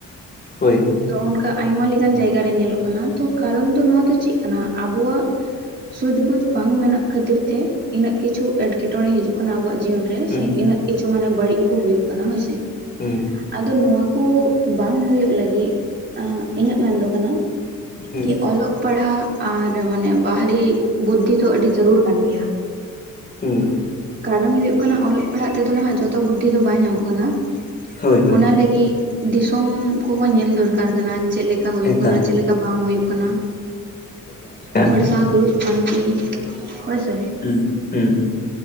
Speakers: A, on the left; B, on the right.
A: ᱦᱳᱭ ᱦᱳᱭ
B: ᱱᱮ ᱟᱭᱢᱟ ᱞᱮᱠᱟᱱ ᱡᱟᱭᱜᱟ ᱨᱮ ᱧᱮᱞᱚᱜ ᱠᱟᱱᱟ ᱛᱚ ᱠᱟᱨᱚᱱ ᱫᱚ ᱱᱚᱣᱟ ᱫᱚ ᱪᱮᱫ ᱠᱟᱱᱟ ᱟᱵᱚᱣᱟᱜ ᱥᱩᱪ ᱵᱩᱡ ᱵᱟᱝ ᱢᱮᱱᱟᱜ ᱠᱷᱟᱹᱛᱤᱨ ᱛᱮ ᱤᱱᱟᱹᱜ ᱠᱤᱪᱷᱩ ᱮᱴᱠᱮᱴᱚᱬᱮ ᱦᱤᱡᱩᱜ ᱟᱵᱚᱣᱟᱜ ᱡᱤᱭᱚᱱ ᱨᱮ
A: ᱦᱩᱸ
B: ᱥᱮ
A: ᱦᱩᱸ
B: ᱤᱱᱟᱹᱜ ᱠᱤᱪᱷᱩ ᱢᱟᱱᱮ ᱵᱟᱹᱲᱤᱡ ᱠᱚ ᱦᱩᱭᱩᱜ ᱠᱟᱱᱟ ᱦᱳᱭᱥᱮ
A: ᱦᱩᱸ
B: ᱟᱫᱚ ᱱᱚᱣᱟ ᱠᱚ ᱵᱟᱝ ᱦᱩᱭᱩᱜ ᱞᱟᱹᱜᱤᱫ ᱤᱧᱟᱹᱜ ᱢᱮᱱ ᱫᱚ ᱠᱟᱱᱟ
A: ᱦᱩᱸ
B: ᱠᱤ ᱚᱞᱚᱜ ᱯᱟᱲᱦᱟᱜ ᱟᱨ ᱢᱟᱱᱮ ᱵᱟᱦᱨᱮ ᱵᱩᱫᱽᱫᱷᱤ ᱫᱚ ᱟᱹᱰᱤ ᱡᱚᱹᱨᱩᱲ ᱠᱟᱱ ᱜᱮᱭᱟ᱾
A: ᱦᱩᱸ
B: ᱠᱟᱨᱚᱱ ᱦᱩᱭᱩᱜ ᱠᱟᱱᱟ ᱠᱟᱱᱟ ᱚᱞᱚᱜ ᱯᱟᱲᱦᱟᱜ ᱛᱮᱫᱚ ᱱᱟᱦᱟᱜ ᱡᱚᱛᱚ ᱵᱩᱫᱽᱫᱷᱤ ᱫᱚ ᱵᱟᱭ ᱧᱟᱢᱚᱜ ᱠᱟᱱᱟ
A: ᱦᱳᱭ ᱦᱳᱭ
B: ᱚᱱᱟ ᱞᱟᱹᱜᱤᱫ᱾ ᱫᱤᱥᱚᱢ ᱠᱚᱦᱚᱸ ᱧᱮᱞ ᱫᱚᱨᱠᱟᱨ ᱠᱟᱱᱟ ᱪᱮᱫ ᱞᱮᱠᱟ ᱦᱩᱭᱩᱜ
A: ᱮᱠᱟᱞ
B: ᱠᱟᱱᱟ ᱪᱮᱫ ᱞᱮᱠᱟ ᱵᱟᱝ ᱦᱩᱭᱩᱜ ᱠᱟᱱᱟ᱾
A: ᱮᱠᱟᱞ ᱮᱠᱟᱞ
B: ᱦᱚᱲ ᱥᱟᱶ ᱫᱩᱲᱩᱵ ᱯᱟᱱᱛᱮ ᱦᱳᱭ ᱥᱮ᱾
A: ᱦᱩᱸ ᱦᱩᱸ